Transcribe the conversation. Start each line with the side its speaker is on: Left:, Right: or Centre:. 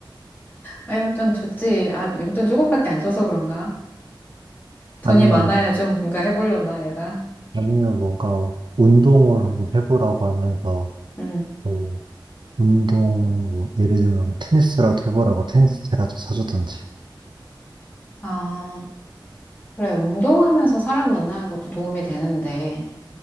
Left: 아, 용돈 줬지. 아, 용돈 조금밖에 안 줘서 그런가? 돈이
Right: 아니면은,
Left: 많아야 좀 뭔가 해보려나, 얘가.
Right: 아니면 뭔가 운동을 한번 해보라고 하면서,
Left: 음.
Right: 뭐, 운동, 뭐 예를 들면 테니스라도 해보라고 테니스채라도 사주던지.
Left: 아, 그래. 운동하면서 사람 만나는 것도 도움이 되는데,